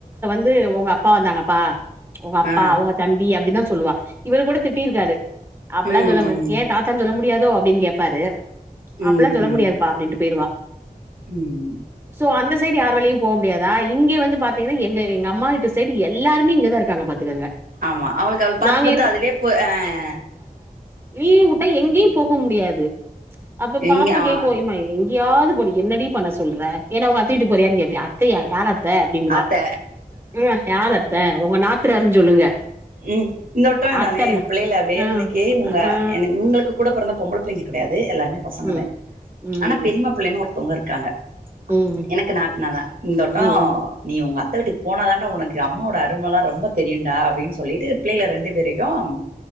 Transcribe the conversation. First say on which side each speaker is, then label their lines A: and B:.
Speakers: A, on the right; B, on the right.
A: வந்து உங்க அப்பா வந்தாங்கப்பா உங்க அப்பா
B: ஆ
A: உங்க தம்பி அப்படிதான் சொல்லுவா இவரு கூட திட்டிருக்காரு
B: ம்
A: சொல்ல முடியாது
B: ம் ம்
A: ஏன் தாத்தானு சொல்ல முடியாதோ அப்டின்னு கேப்பாரு
B: ம்
A: அப்பல்லாம் சொல்ல முடியாதுப்பா அப்படின்னுட்டு போயிருவா
B: ம்
A: சோ அந்த சைடு யார் வழியும் போக முடியாதா இங்க வந்து பாத்தீங்கன்னா எங்க எங்க அம்மா வீட்டு சைடு எல்லாருமே இங்கதான் இருக்காங்க பாத்துக்கங்க
B: ஆமா அவளுக்கு அவள் பாத்து
A: நாங்க
B: பாத்து அதுவே போ ஆஹ்
A: லிவுவிட்டா எங்கேயும் போக முடியாது அப்ப
B: எங்க
A: பாப்பா
B: ஆ
A: கேட்கும் எம்மா தியாது பொருக்கி என்னடி பண்ண சொல்ற நீ என்ன உங்க அத்த வீட்டுக்குன் போறியான் கேப்பே அத்தையா யாரத் த்த அப்டின்னுவா
B: அத்த
A: ம் அத்த யாரத்த உங்க நாத்தனாருன் சொல்லுங்க
B: ம் இந்த வட்டோ என்னானு
A: அத்தன
B: பிள்ளைகள வேர்மணிக்கே
A: ஆ
B: உங்க
A: ஆ
B: எனக்கு உங்களுக்கு கூடப் பொறந் ந்த பொம்பள புள்ளைங்க கெடையாது எல்லாருமே பசங்கதே
A: ம் ம்
B: ஆனா பெரிம்மா புள்ளைன் ஒருத் ஒருத்தவங்க இருக்காங்க
A: ம் ம்
B: எனக்கு நாத்தனாதா இந்தோட்டோ
A: ம் ம்
B: நீ உங்க அத் அத்த வீட்டுக்கு போனாதான்டா உனக்கு அம்மாவோட அருமளா ரொம்ப தெரியுன்டா அப்டின்ஸ் சொல்லிட்டு பிள்ளைகள ரெண்டு பேரையும்